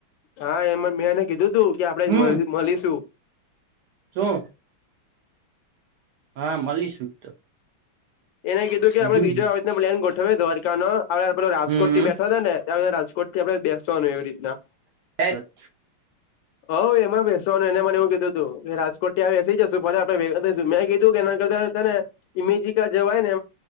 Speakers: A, on the left (about 75°); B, on the right (about 70°).
A: હા એમાં મેં એને કીધું તું કે આપણે
B: હમ
A: મલીશું.
B: શું? હા મલીશું તો
A: એને કીધું કે આપડે
B: હમ
A: બીજો આ રીતે પ્લેન ગોઠવે દ્વારકા નો આપડ પેલો રાજકોટથી
B: હમ
A: બેઠો ત ને- ત રાજકોટ થી આપણે બેસવાનું એવી રીતના
B: સાચ <unintelligible>
A: હ એમાં બેસવાનું એને મને એવું કીધું તું રાજકોટ થી બેસી જશું મેં કી તું કેના કરતા ત ને ઇમે જ- જવાય ને